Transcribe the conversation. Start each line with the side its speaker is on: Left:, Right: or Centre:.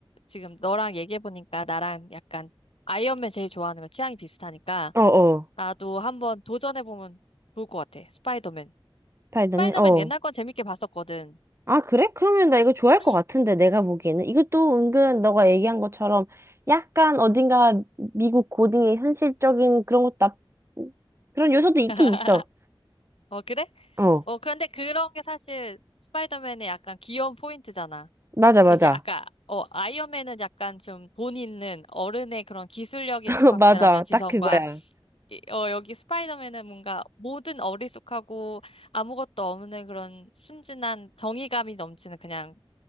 Left: 지금 너랑 얘기해보니까 나랑 약간 아이언맨 제일 좋아하는 거 취향이 비슷하니까
Right: 어 어.
Left: 나도 한번 도전해보면 좋을 것 같아. 스파이더맨.
Right: 스파이더맨.
Left: 스파이더맨
Right: 어.
Left: 옛날 건 재밌게 봤었거든.
Right: 아 그래? 그러면 나 이거 좋아할
Left: 응.
Right: 것 같은데 내가 보기에는 이것도 은근 너가 얘기한 것처럼 약간 어딘가 미국 고딩의 현실적인 그런 것도 나- 그런 요소도 있긴
Left: <laughs>
Right: 있어.
Left: 어, 그래?
Right: 어.
Left: 어, 그런데 그런 게 사실 스파이더맨의 약간 귀여운 포인트잖아.
Right: 맞아 맞아.
Left: 이게 아까, 어, 아이언맨은 약간 좀 돈 있는 어른의 그런 기술력의
Right: <laughs>
Left: 집합체라면
Right: 맞아.
Left: 지성과
Right: 딱 그거야.
Left: 이- 어, 여기 스파이더맨은 뭔가 모든 어리숙하고 아무것도 없는 그런 순진한 정의감이 넘치는 그냥